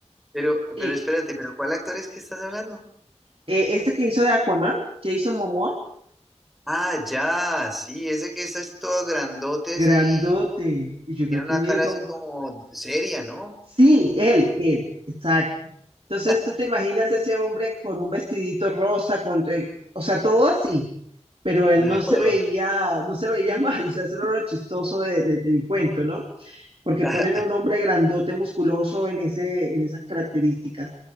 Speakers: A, in the centre; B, on the right.
A: pero,
B: Y
A: pero espérate, pero ¿cuál actor es que estás hablando?
B: eh, este que hizo de Aquaman, Jason Momoa,
A: Ah, ya, sí, ese que está así todo grandote,
B: grandote.
A: así,
B: Y yo
A: tiene
B: creo
A: una
B: que mide
A: cara
B: como.
A: así como seria, ¿no?
B: Sí, él, él, exacto. Entonces
A: <laughs>
B: tú te imaginas ese hombre con un vestidito rosa, con, eh, o sea, todo así, pero él
A: No.
B: no se veía, no se veía <laughs> mal, o sea, eso era lo chistoso de- de- del cuento, ¿no? porque
A: <laughs>
B: ponen a un hombre grandote, musculoso en ese, en esas características.